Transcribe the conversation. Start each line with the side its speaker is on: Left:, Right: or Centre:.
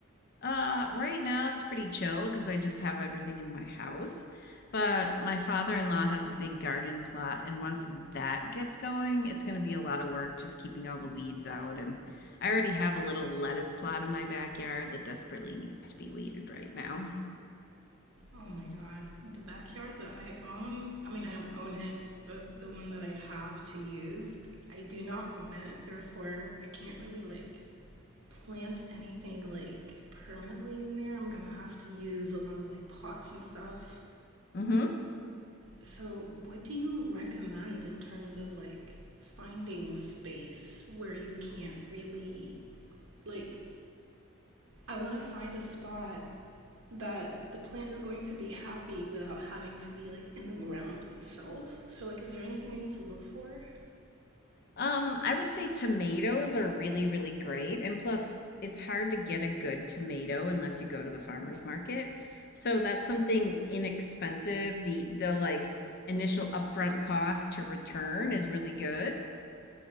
Left: Uh, right now it's pretty chill because I just have everything in my house. But my father-in-law has a big garden plot, and once that gets going, it's going to be a lot of work just keeping all the weeds out. And I already have a little lettuce plot in my backyard that desperately needs to be weeded right now.
Right: Oh my God. The backyard that I own, I mean, I don't own it, but the one that I have to use, I do not own it. Therefore, I can't really like plant anything like permanently in there. I'm gonna have to use a lot of like pots and stuff.
Left: Mm-hmm.
Right: So, what do you recommend in terms of like finding space where you can't really like? I want to find a spot that the plant is going to be happy without having to be like in the ground itself. So like is there anything I need to look for?
Left: Um, I would say tomatoes are really, really great. And plus, it's hard to get a good tomato unless you go to the farmer's market. So that's something inexpensive. The the like initial upfront cost to return is really good.